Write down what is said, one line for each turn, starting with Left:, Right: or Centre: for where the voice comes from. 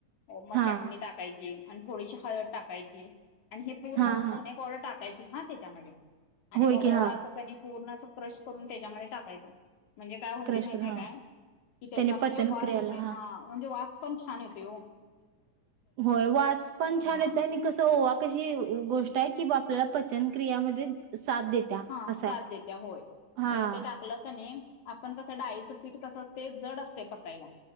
Left: हो मग
Right: हा
Left: चटणी टाकायची आणि थोडीशी हळद टाकायची. आणि हे पूर्ण
Right: हा हा
Left: धने पावडर टाकायचीच हा त्याच्यामध्ये आणि
Right: होय
Left: मग
Right: की
Left: ओवा
Right: हा
Left: असं कनी पूर्ण क्रश करून त्याच्यामध्ये टाकायच म्हणजे काय होतय
Right: क्रश
Left: माहितीये
Right: करून हा
Left: काय की त्या
Right: त्याने
Left: म्हणजे
Right: पचन
Left: वास
Right: क्रियाला
Left: येतय हा म्हणजे वास पण छान येतय वो
Right: होय वास पण छान
Left: हा
Right: येत आणि कस ओवा कशी गोष्ट आहे कि बा आपल्याला पचन क्रियामध्ये साथ देत्या
Left: हा
Right: असं
Left: साथ
Right: आहे
Left: देत्या होय
Right: हा
Left: आणि मग ते टाकलं त नाही आपण कसं डाळीचं पीठ कसं असते जड असते पचायला